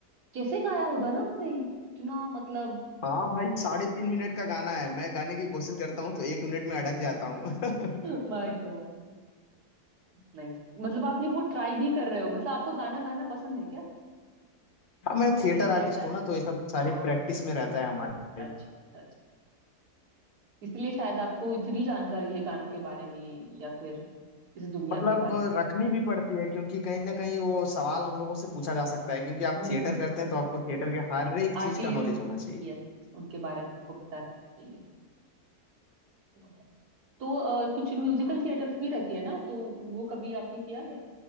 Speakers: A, on the right (about 75°); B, on the left (about 40°).
A: कैसे गाया होगा ना उसने कितना मतलब
B: हाँ भाई साढ़े तीन मिनट का गाना है मैं गाने की कोशिश करता हूँ तो एक मिनट में अटक जाता हूँ <laughs>
A: <laughs> My God नहीं मतलब आपने वो ट्राई भी कर रहे हो मतलब आपको गाना गाना पसंद है क्या
B: हाँ मैं
A: या
B: थिएटर
A: फिर ऐसे
B: आर्टिस्ट
A: ही टाइम
B: हूँ ना तो ये सब सारी
A: आ
B: प्रैक्टिस में रहता है हमारे
A: अच्छा अच्छा अच्छा इसलिए शायद आपको इतनी जानकारी है गानों के बारे में या फिर इस दुनिया
B: मतलब
A: के बारे में
B: रखनी भी पड़ती है क्योंकि कहीं ना कहीं वो सवाल हम लोगों से पूछा जा सकता है क्योंकि आप
A: हम्म
B: थिएटर करते
A: हम्म
B: हैं तो आपको थिएटर के हर एक
A: आर्टिस्ट
B: चीज का नॉलेज होना चाहिए
A: यस उनके बारे में आपको पता रहना चाहिए वो है तो अ, कुछ म्यूजिकल थिएटर्स भी रहती है ना तो वो कभी आपने किया है